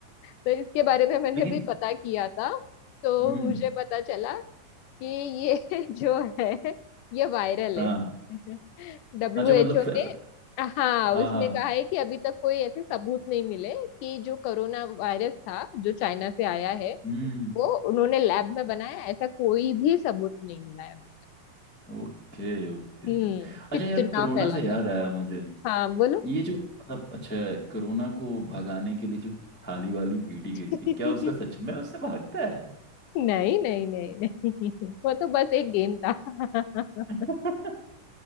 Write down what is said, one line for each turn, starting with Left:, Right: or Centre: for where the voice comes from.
Left: तो इसके बारे में मैंने
Centre: लेकिन
Left: भी पता किया था तो
Centre: हम्म
Left: मुझे पता चला कि ये <laughs> जो है ये वायरल
Centre: हाँ
Left: है
Centre: हाँ।
Left: <laughs> डब्ल्यू
Centre: अच्छा
Left: एच
Centre: मतलब फ,
Left: ओ ने
Centre: फ,
Left: हाँ
Centre: हाँ
Left: उसने
Centre: हाँ हाँ।
Left: कहा है कि अभी तक कोई ऐसे सबूत नहीं मिले कि जो कोरोना वायरस था जो चाइना से आया है
Centre: हम्म हम्म, हम्म।
Left: वो उन्होंने लैब में बनाया ऐसा कोई भी सबूत नहीं मिला है अभी तक
Centre: ओके ओके
Left: हम्म
Centre: अच्छा
Left: कितना
Centre: यार कोरोना
Left: फैला
Centre: से याद
Left: था
Centre: आया मुझे
Left: हाँ बोलो
Centre: ये जो मतलब अच्छा कोरोना को भगाने के लिए जो थाली वाली पीटी
Left: <laughs>
Centre: गई थी क्या उसका सच में उससे भागता है
Left: नहीं नहीं नहीं नहीं वो तो बस एक गेम था <laughs>
Centre: <laughs>